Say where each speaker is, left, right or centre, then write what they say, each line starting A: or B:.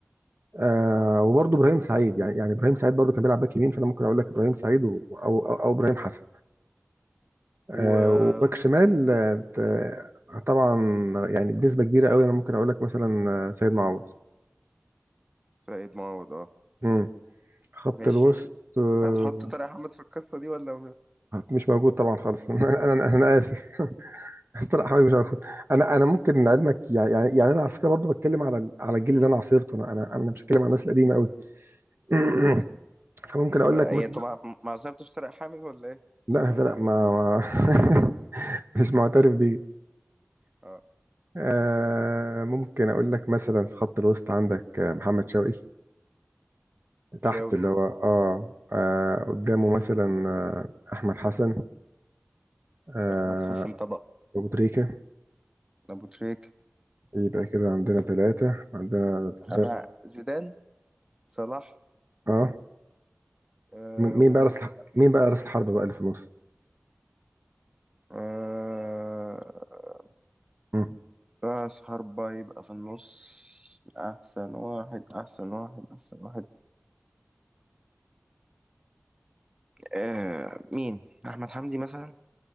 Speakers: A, on the right (about 55°); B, on the right (about 20°).
A: آه وبرضه ابراهيم سعيد يعني يعني ابراهيم سعيد برضه كان بيلعب باك يمين فانا ممكن اقول لك ابراهيم سعيد و- او او, أو ابراهيم حسن آه
B: و
A: وباك شمال آه ت- طبعا يعني بنسبه كبيره قوي انا ممكن اقول لك مثلا آه، سيد معوض
B: سعيد معوض اه
A: مم. خط
B: ماشي
A: الوسط آه
B: هتحط طارق حامد في القصه دي ولا
A: مش موجود طبعا خالص <laughs> انا انا, أنا اسف <laughs> مستر احمد مش موجود انا انا ممكن لعلمك يعني يعني يعني انا على فكره برضه بتكلم على ال- على الجيل اللي انا عاصرته انا انا انا مش بتكلم على الناس القديمه قوي <clears throat> فممكن اقول
B: آه،
A: لك
B: ايه
A: مثلا
B: انتوا ما ما عصرتوش طارق حامد ولا ايه
A: لا فرق ما, ما <laughs> مش معترف بيه
B: اه
A: آه ممكن اقول لك مثلا في خط الوسط عندك آه، محمد شوقي تحت
B: شاوي
A: اللي هو اه, آه قدامه مثلا آه احمد حسن آه
B: احمد حسن طبعا
A: ابو تريكه
B: ابو تريك
A: يبقى كده عندنا ثلاثه عندنا ده
B: انا زيدان صلاح
A: اه
B: آه
A: م- مين
B: وممكن
A: بقى راس الح- مين بقى راس الحربه بقى اللي في النص
B: آه...
A: مم.
B: رأس حربة يبقى في النص أحسن واحد أحسن واحد أحسن واحد آه... مين أحمد حمدي مثلا